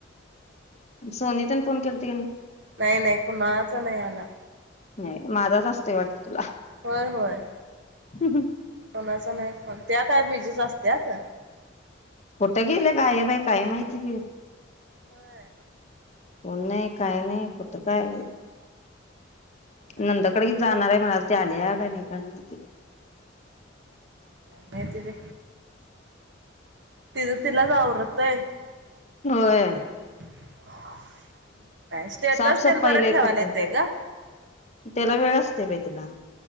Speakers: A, on the left; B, on the right.
A: सोनी तीन फोन केलती की नई?
B: नाही नाही कुणाचा नाही आला
A: नाही, माझाच असतंय वाटतं तुला.
B: होय, होय.
A: हम् हम
B: कोणाचा नाय? पण त्या काय बीजीच असत्यात.
A: कुठे गेले, काय बाई, काय माहिती ते.
B: व्हय
A: कोण नाही, काय नाही, कुठं काय.
B: काय
A: नंदकड ही जाणार हाय म्हणालतो. झाल्या काय नई काय माहिती?
B: नाही तेंही तिज तिलाच आवरत नाय.
A: होय
B: <inaudible> काय स्टेटस
A: साफसफाई
B: तेनं बरं
A: लय
B: ठेवायला
A: करते
B: येतय ग.
A: त्याला वेळ असतोय बाई तिला,